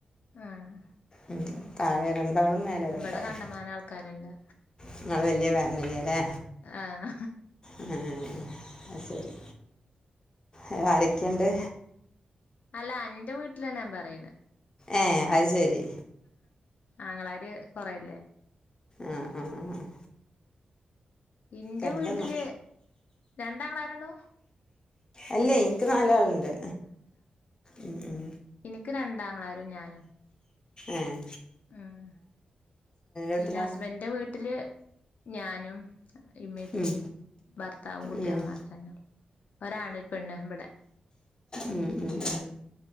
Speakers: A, on the left (about 65°); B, on the left (about 30°).
A: ആഹ്
B: ഉം താഴെരണ്ടാളും മേൽ
A: ഇവിടെ
B: രണ്ടാളും
A: കണ്ടമാനം ആൾക്കാരുണ്ട്
B: നിങ്ങള് വലിയ ഫാമിലിയാല്ലേ
A: ആഹ്
B: ഏഹ് അഹ് ശരി ഏ ആരൊക്കെയുണ്ട്
A: അല്ല അന്റെ വീട്ടിലാ ഞാൻ പറയ്ണ
B: ഏ അഹ് ശരി
A: ആങ്ങളാര് കൊറല്ലേ
B: ആഹ് ആഹ്
A: ഇന്റെ
B: കരണ്ടൊന്നോ
A: വീട്ടില് രണ്ടാങ്ങളാരുള്ളൂ?
B: അല്ലേ ഇൻക്ക് നാലാളുണ്ട് ഉം ഉം
A: ഇനിക്ക് രണ്ടാം ആങ്ങളാരും ഞാനും
B: ഏഹ്
A: ഉം പിന്നെ
B: വീട്ടിലാ
A: ഹസ്ബൻഡന്റെ വീട്ടില് ഞാനും ഇമ്മ ഇപ്പിം
B: ഉം,
A: ഭർത്താവും കുട്ടികളും
B: ഉം.
A: മാത്രന്നള്ളു ഒരാണ് ഒരു പെണ്ണ് ഇവടെ
B: ഉം ഉം